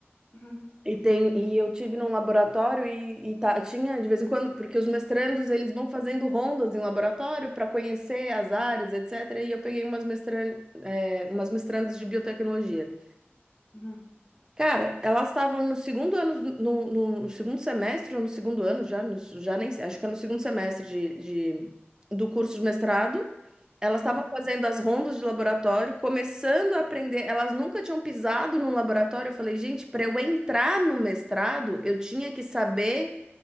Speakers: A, on the left; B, on the right.
A: Uhum,
B: e, tem, e eu tive num laboratório e, e tá, tinha de vez em quando, porque os mestrandos eles vão fazendo rondas em laboratório para conhecer as áreas, etc. E eu peguei umas, mestran, eh, umas mestrandas de biotecnologia.
A: uhum,
B: Cara, elas estavam no segundo ano, no, no, no segundo semestre, ou no segundo ano já, no- já nem sei, acho que é no segundo semestre de, de, do curso de mestrado. Elas
A: uhum,
B: estavam fazendo as rondas de laboratório, começando a aprender. Elas nunca tinham pisado num laboratório. Eu falei, gente, para eu entrar no mestrado, eu tinha que saber,